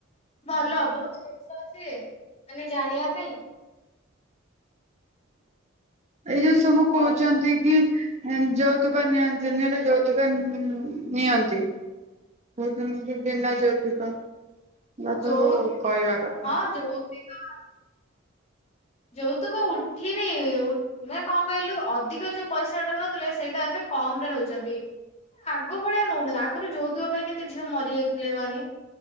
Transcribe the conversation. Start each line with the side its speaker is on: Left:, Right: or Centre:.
Left: ଭଲ ବହୁତ ଜିନିଷ ଅଛି ମାନେ ଜାଣିବା ପାଇଁ।
Right: ଏଇ ଯୋଉ ସବୁ କହୁଛନ୍ତି
Left: ଆଉ
Right: କି ଯୌତୁକ ନିଅନ୍ତି ନିଲେ ଯୌତୁକ ନିଅନ୍ତି <unintelligible> ବିନା ଯୌତୁକ ବାପାଙ୍କୁ
Left: ଯୋଉ
Right: କହିବା କଥା
Left: ହଁ
Right: ।
Left: ଯୌତୁକ ଯୌତୁକ ଉଠିନି ମ କଣ କହିଲୁ ଅଧିକ ଯୋଉ ପଇସାଟା ନଉଥିଲେ ସେଇଟା ଏବେ କମ ରେ ନୋଉଛନ୍ତି ଆଗ ଭଳିଆ ନୋଉ ନାହାନ୍ତି ଆଗରୁ ଯୌତୁକ ପାଇଁ କେତେ ଝିଅ ମରିଯାଉ ଥିଲେ କହନି?